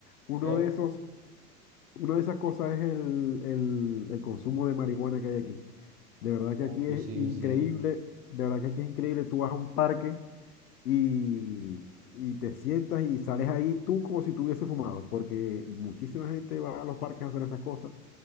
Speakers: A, on the left; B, on the right.
A: Uno
B: ¿ok?
A: de esos, una de esas cosas es el, el, el consumo de marihuana que hay aquí. De verdad que
B: Uy,
A: aquí es
B: sí,
A: increíble,
B: sí,
A: de verdad que aquí es increíble. Tú vas a un parque y, y te sientas y sales ahí tú como si tuviese fumado, porque muchísima gente va a los parques a hacer esas cosas.